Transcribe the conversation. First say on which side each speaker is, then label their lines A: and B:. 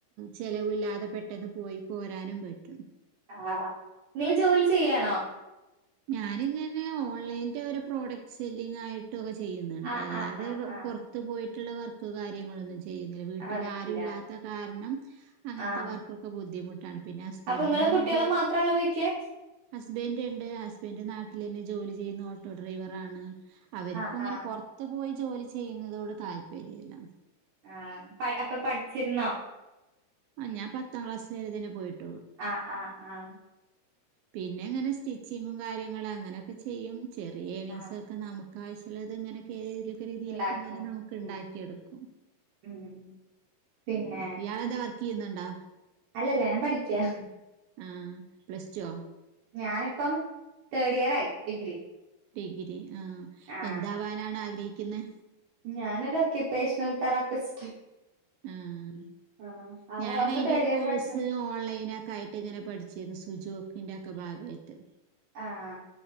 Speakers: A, on the right; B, on the right.
A: ചിലവില്ലാതെ പെട്ടെന്ന് പെട്ടെന്ന് പോയി പോരാനും പറ്റും
B: ആഹ് നിങ്ങൾ ജോലി ചെയ്യാണോ
A: ഞാനിങ്ങനെ ഓൺലൈൻറെ ഒരു പ്രോഡക്ട് സെല്ലിങ് ആയി്ട്ട് ട്ടൊക്കെ ചെയ്യുന്നുണ്ട്.
B: ആഹ്
A: അല്ലാതെ
B: ആഹ് ആഹ് ആഹ്
A: പുറത്ത് പോയിട്ടുള്ള വർക്ക് കാര്യങ്ങളൊന്നും ച്ചെയ് ചെയ്യുന്നില്ല വീട്ടില്
B: ആഹ്
A: ആരൂല്ലാത്ത
B: ഇല്ല
A: കാരണം അങ്ങനത്തെവർക്കൊക്കെ
B: ആഹ്
A: ബുദ്ധിമുട്ട് ട്ടാണ് പിന്നെ ഹസ്ബൻഡിനൊന്നും
B: അപ്പൊ നിങ്ങളും കുട്ടികളും മാത്രേ ഉള്ളൂ വീട്ടില്
A: ഹസ്ബന്റ്ണ്ട്. ഹസ്ബൻ് നാട്ടിലന്നെ ജോലി ചെയ്യുന്നു ഓട്ടോ ഡ്രൈവറാണ് അവര്ക്കും
B: ആഹ്
A: ഇങ്ങനെ
B: ആഹ്
A: പൊറത്ത് പോയി ജോലി ചെയ്യുന്നതോട് താല്പര്യല്ല
B: ആഹ് അപ്പൊ പഠിച്ചിരുന്നോ
A: ആഹ് ഞാൻ പത്താം ക്ലാസ് വരെ തന്നെ പോയിട്ട്
B: ആഹ് ആഹ് ആഹ്
A: പിന്നെ ഇങ്ങനെ സ്റ്റിച്ചിങ്ങും കാര്യങ്ങള് അങ്ങനെയൊക്കെ ചെയ്യും. ചെറിയ ഏണിങ്‌സൊക്കെ
B: ആഹ്
A: നമുക്കും ആവശ്യങ്ങളില്ലത് ഇങ്ങനൊക്കെ യ് രീതിയിലൊക്കെ
B: ഉണ്ടാക്കും
A: ഇങ്ങനെ നമുക്ക്
B: ഉം
A: ഇണ്ടാക്കി എടുക്കും.
B: ഉം പിന്നെ
A: അങ്ങനെ ഇയാളെന്താ വർക് വർകിയ്യുന്നുണ്ടോ
B: അല്ലല്ല ഞാൻ പഠിക്യാ
A: ആ പ്ലസ് ടോ
B: ഞാനിപ്പം തേർഡ് ഇയറായി ഡിഗ്രി
A: ഡിഗ്രി ആ
B: ആഹ്
A: എന്താവാനാണ് ആഗ്രഹിക്കുന്ന്
B: ഞാനൊരു ഒക്കുപേഷണൽ തെറാപ്പിസ്റ്റ്
A: ആഹ്
B: ആഹ് അതാ
A: ഞാൻ
B: അപ്പൊ
A: അയിന്റെ
B: തേർഡ്
A: ഒരു
B: ഇയർ
A: കോഴ്സ്
B: പഠിച്ചാണ്
A: ഓൺലൈനൊക്കെ ആയിട്ട് ഇങ്ങനെ പഠിച്ചിരുന്നു സുജു ഇതിന്റൊക്കെ ഭാഗായിട്ട്
B: ആഹ്